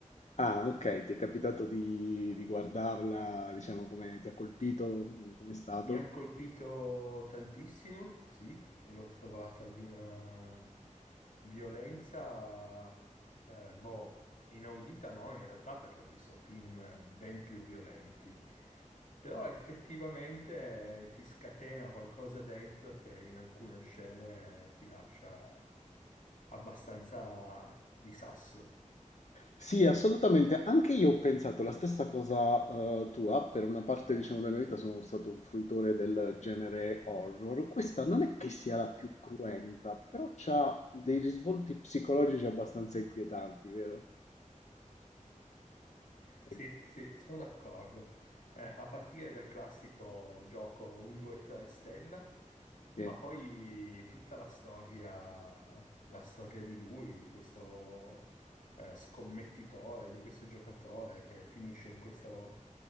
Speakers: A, on the left (about 60°); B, on the left (about 80°).
A: Ah, ok, ti è capitato di, di guardarla, diciamo, come ti ha colpito, come è stato?
B: Mi ha colpito tantissimo, sì, l'ho trovata di una violenza, eh, boh, inaudita no, in realtà perché ho visto film eh, ben più violenti, però effettivamente eh, ti scatena qualcosa dentro che in alcune scene ti lascia abbastanza di sasso.
A: Sì, assolutamente, anche io ho pensato la stessa cosa eh, tua, per una parte, diciamo, della mia vita sono stato un fruitore del genere horror. Questa non è che sia la più cruenta, però ha dei risvolti psicologici abbastanza inquietanti, vero?
B: Sì,
A: Eh,
B: sì, sono d'accordo. Eh, a partire dal classico gioco un, due, tre stella,
A: Sì.
B: ma poi tutta la storia, la storia di lui, di questo eh, scommettitore, di questo giocatore che finisce in questo,